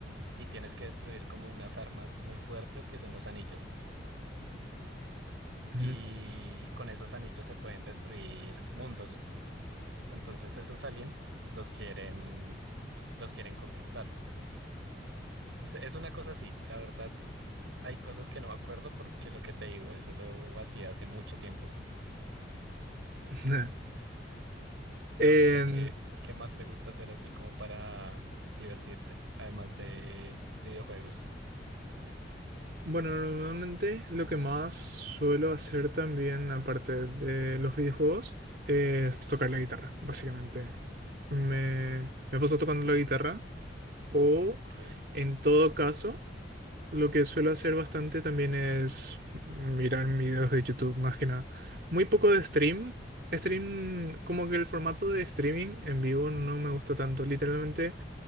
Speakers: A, on the right; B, on the right.
A: y tienes que destruir como unas armas muy fuertes que son los anillos.
B: Ujú.
A: Y con esos anillos se pueden destruir mundos. Entonces esos aliens los quieren, los quieren conquistar. Es es una cosa así, la verdad, hay cosas que no me acuerdo porque lo que te digo, eso lo hacía hace mucho tiempo.
B: <laughs>
A: Y
B: En-
A: ahorita, ¿qué, qué más te gusta hacer así como para divertirte? Además de videojuegos.
B: bueno, normalmente lo que más suelo hacer también, aparte de los videojuegos, es tocar la guitarra, básicamente. Me, me paso tocando la guitarra o,
A: Ok.
B: en todo caso, Lo que suelo hacer bastante también es mirar videos de YouTube, más que nada. Muy poco de stream. Stream, como que el formato de streaming en vivo no me gusta tanto. Literalmente